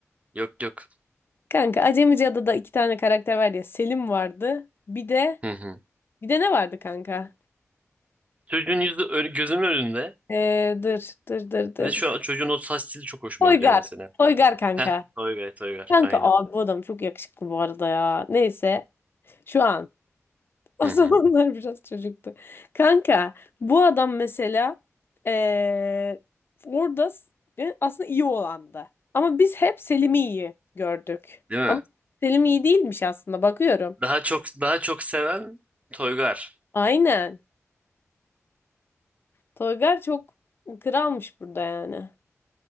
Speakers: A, on the right (about 25°); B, on the left (about 45°).
A: yok yok.
B: Kanka Acemi Cadı'da iki tane karakter var ya. Selim vardı. Bir de
A: Hı hı.
B: bir de ne vardı kanka?
A: Çocuğun yüzü ö- gözümün önünde.
B: Ee, dır dır dır dır.
A: Ve şu an çocuğun o saç stili çok hoşuma
B: Toygar.
A: gidiyor mesela.
B: Toygar kanka.
A: Heh, Toygar Toygar.
B: Kanka
A: Aynen.
B: abi bu adam çok yakışıklı bu arada ya. Neyse. Şu an. O
A: Hı
B: zamanlar
A: hı.
B: <laughs> biraz çocuktu. Kanka bu adam mesela eee, orada s- e, aslında iyi olandı. Ama biz hep Selim'i iyi gördük.
A: Değil mi?
B: Ama Selim iyi değilmiş aslında bakıyorum.
A: Daha çok daha çok seven Toygar.
B: Aynen. Toygar çok kralmış burada yani.